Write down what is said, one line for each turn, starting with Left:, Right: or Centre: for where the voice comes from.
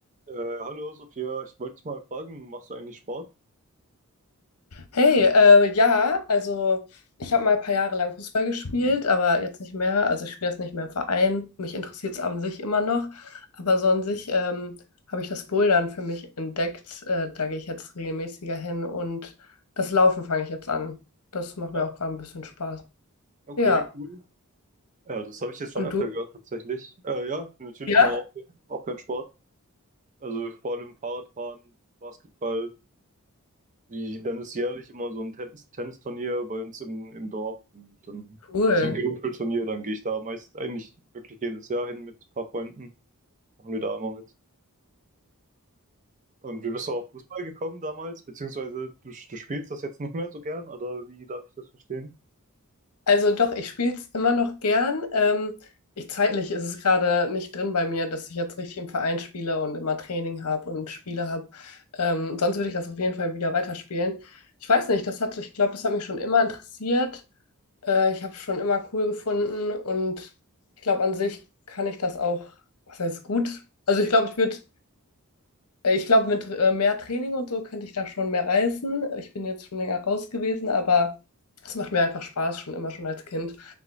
Right: Äh, hallo Sophia, ich wollte dich mal fragen, machst du eigentlich Sport?
Left: Hey, äh, ja, also ich habe mal ein paar Jahre lang Fußball gespielt, aber jetzt nicht mehr. Also ich spiele das nicht mehr im Verein. Mich interessiert es an sich immer noch. Aber so an sich ähm, habe ich das Bouldern für mich entdeckt. Äh, da gehe ich jetzt regelmäßiger hin und das Laufen fange ich jetzt an. Das macht
Right: Ja,
Left: mir auch gerade ein bisschen Spaß.
Right: okay,
Left: Ja.
Right: cool. Ja, das habe ich jetzt schon
Left: Und
Right: öfter
Left: du?
Right: gehört tatsächlich. Äh, ja, natürlich
Left: Ja.
Right: mal auch, auch gern Sport. Also vor allem Fahrradfahren, Basketball. Wie, dann ist jährlich immer so ein Tennis Tennisturnier bei uns im, im Dorf. Und dann
Left: Cool.
Right: so ein Gerümpelturnier, dann gehe ich da meist eigentlich wirklich jedes Jahr hin mit ein paar Freunden. Machen wir da immer mit. Und wie bist du auf Fußball gekommen damals? Beziehungsweise du, du spielst das jetzt nicht mehr so gern, oder wie darf ich das verstehen?
Left: Also doch, ich spiele es immer noch gern. Ähm, ich, zeitlich ist es gerade nicht drin bei mir, dass ich jetzt richtig im Verein spiele und immer Training habe und Spiele habe. Ähm, sonst würde ich das auf jeden Fall wieder weiterspielen. Ich weiß nicht, das hat, ich glaube, das hat mich schon immer interessiert. Äh, ich habe es schon immer cool gefunden und ich glaube, an sich kann ich das auch, was heißt gut? Also ich glaube, ich würde äh, Ich glaube, mit äh, mehr Training und so könnte ich da schon mehr reißen. Ich bin jetzt schon länger raus gewesen, aber es macht mir einfach Spaß, schon immer schon als Kind.